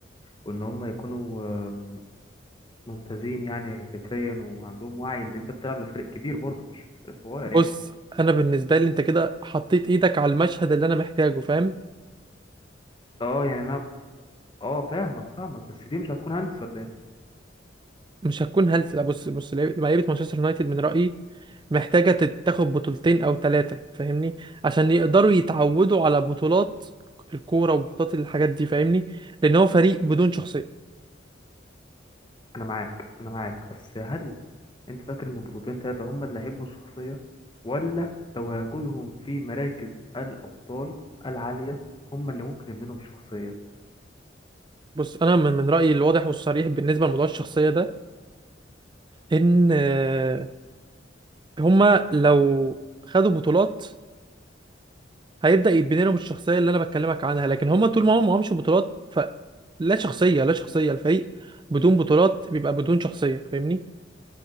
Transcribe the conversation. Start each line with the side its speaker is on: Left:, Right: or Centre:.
Left: وان هم يكونوا آم، ممتازين يعني فكريا وعندهم وعي ان انت بتلعب لفريق كبير برضه مش مش فريق صغير
Right: بص
Left: يعني
Right: انا بالنسبه لي انت كده حطيت ايدك على المشهد اللي انا محتاجه فاهم
Left: اه يعني انا اه فاهمك فاهمك بس دي مش هتكون هندس ولا ايه
Right: مش هتكون هلس لا بص بص لعيبه لعيبة مانشستر يونايتد من رايي محتاجه تتاخد بطولتين او ثلاثه فاهمني عشان يقدروا يتعودوا على بطولات الكوره وبطولات الحاجات دي فاهمني لان هو فريق بدون شخصيه
Left: انا معاك انا معاك بس هل انت فاكر ان بطولتين تلاتة هم اللي هيبنوا الشخصيه ولا تواجدهم في مراكز الابطال العاليه هم اللي ممكن يبنوا لهم شخصيه
Right: بص انا من من رايي الواضح والصريح بالنسبه لموضوع الشخصيه ده ان آه، هما لو خدوا بطولات هيبدأ يتبني لهم الشخصية اللي انا بكلمك عنها لكن هما طول ما هم معهمش بطولات فلا شخصية لا شخصية الفريق بدون بطولات بيبقى بدون شخصية فاهمني